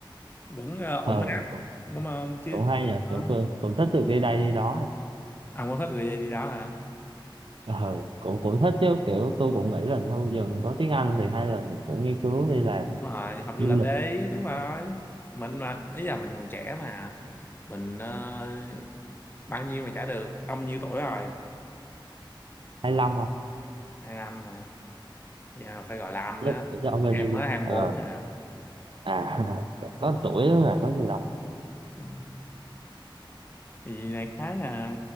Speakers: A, on the left (about 25°); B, on the right (about 75°).
A: vẫn ờ, ổn
B: Ừ,
A: áp
B: cũng
A: đúng không chứ
B: cũng
A: cũng
B: hay nhờ,
A: ờ,
B: cũng cũng thích được đi đây đi đó.
A: à muốn thích đi đi đó hả
B: ờ cũng cũng thích chứ kiểu tôi cũng nghĩ là thôi giờ mình có tiếng Anh thì hay là mình cũng nghiên cứu đi làm
A: đúng rồi học
B: du
A: du lịch
B: lịch
A: đấy đúng rồi mình mà bây giờ mình còn trẻ mà mình ờ, bao nhiêu mà trả được ông nhiêu tuổi rồi
B: hay lăm không
A: hai năm mà giờ phải gọi là anh
B: Chứ
A: á
B: ở cho ông bao
A: em
B: nhiêu đi
A: mới 24
B: ờ
A: nè
B: à <laughs> có tuổi là có gì đâu
A: Ừ. thì đại khái là